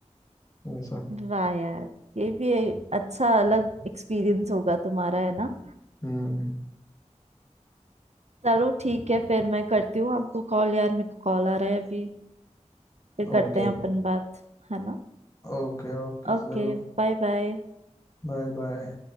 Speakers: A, on the left (about 30°); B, on the right (about 65°).
A: ऐसा
B: वाह यार ये भी एक अच्छा अलग एक्सपीरियंस होगा तुम्हारा है ना
A: हम्म
B: चलो ठीक है फिर मैं करती हूँ आपको कॉल यार मेरे को कॉल आ रहा है अभी फिर करते
A: ओके
B: हैं अपन बात है ना
A: ओके ओके
B: ओके
A: जरूर
B: Bye bye
A: Bye bye